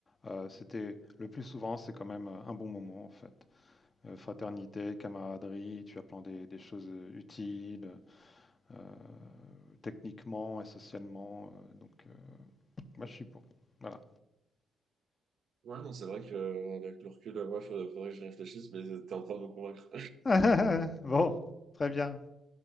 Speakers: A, on the left; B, on the right.
A: heu, c'était le plus souvent, c'est quand même, un bon moment, en fait. euh, fraternité, camaraderie, tu apprends des, des choses euh, utiles, euh, techniquement et socialement. euh, donc, euh, moi,
B: Mm.
A: je suis pour. Voilà.
B: Ouais, non, c'est vrai que euh, avec le recul, euh, ouais, faudrait, faudrait que je réfléchisse, mais t'es en train de me convaincre.
A: <laughs> Bon, très bien.